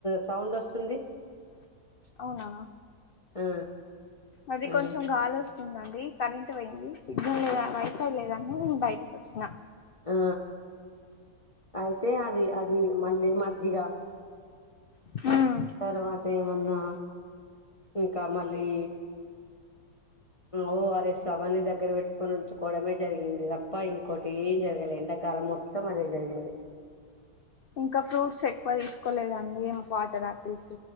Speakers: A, on the left; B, on the left.
A: సౌండ్ వస్తుంది
B: అవునా
A: ఆ
B: అది
A: ఆ
B: కొంచెం గాలి వస్ స్తుందండి కరెంట్ పోయింది సిగ్నల్ లేద వైఫై లేదని నేను బయటికి వచ్చినా
A: ఆ అయితే అది అది మళ్ళీ మజ్జిగ
B: హ్మ్
A: తర్వాత ఏమన్నా ఇంకా మళ్ళీ ఒ ఆర్ ఎస్ అవన్నీ దగ్గర పెట్టుకొని ఉంచుకోడమే జరిగింది తప్ప ఇంకోటి ఏం జరగలే ఎండ కాలం మొత్తం అదే జరిగింది
B: ఇంకా ఫ్రూట్స్ ఎక్కువ తీసుకోలేదండి వాటర్ ఆపిల్స్